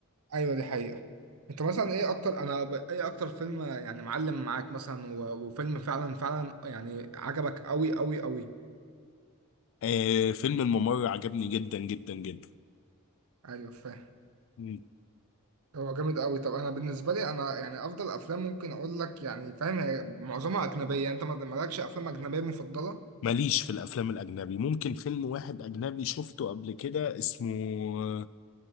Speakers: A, on the right (about 80°); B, on the left (about 60°).
A: أيوة دي حقيقة أنت مثلا إيه أكتر أنا ب... إيه أكتر فيلم آه، يعني معلم معاك مثلا و... وفيلم فعلا فعلا يعني عجبك أوي أوي أوي
B: آه فيلم الممر عجبني جدا جدا جدا
A: أيوة فاهم
B: مم.
A: هو جامد أوي طب أنا بالنسبة لي أنا يعني أفضل أفلام ممكن أقول لك يعني فاهم هي معظمها أجنبية أنت ما- مالكش أفلام أجنبية مفضلة
B: ماليش في الافلام الاجنبي ممكن فيلم واحد اجنبي شفته قبل كده اسمه